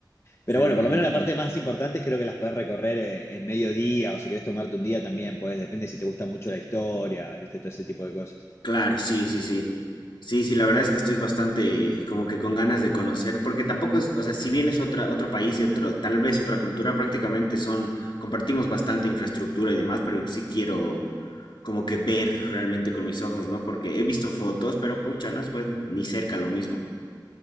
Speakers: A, on the left; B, on the left.
A: Seguramente.
B: Pero bueno, por lo menos la parte más importante creo que las podés recorrer en, en mediodía o si querés tomarte un día también, podés, depende si te gusta mucho la historia, viste, todo ese tipo de cosas.
A: Claro, sí, sí, sí. Sí, sí, la verdad es que estoy bastante como que con ganas de conocer, porque tampoco es, o sea, si bien es otra, otro país y otro, tal vez otra cultura, prácticamente son, compartimos bastante infraestructura y demás, pero sí quiero como que ver realmente con mis ojos, ¿no? Porque he visto fotos, pero pucha, no es pues ni cerca lo mismo.